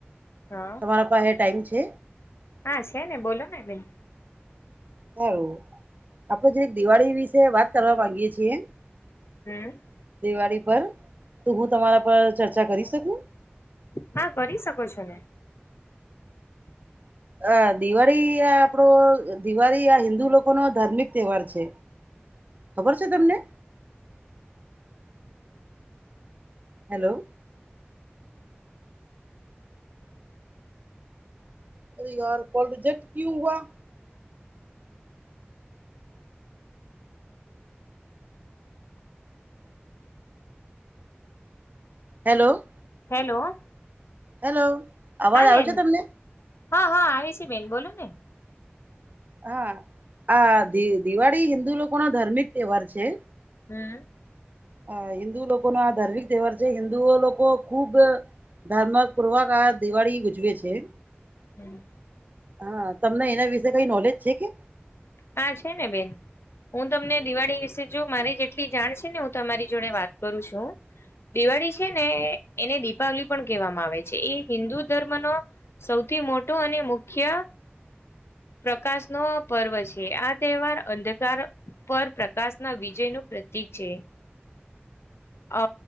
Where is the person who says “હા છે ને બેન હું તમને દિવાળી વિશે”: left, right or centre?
Left